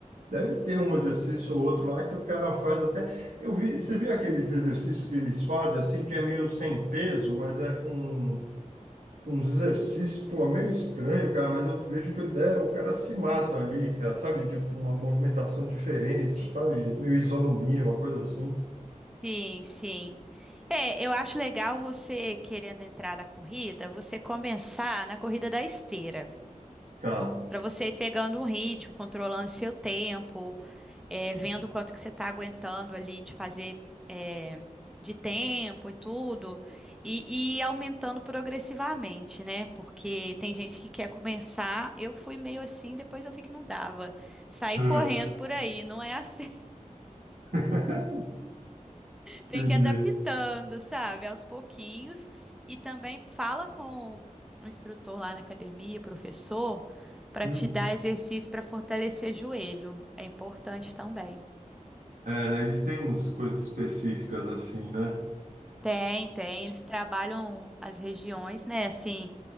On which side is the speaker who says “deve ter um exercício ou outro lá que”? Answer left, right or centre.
Right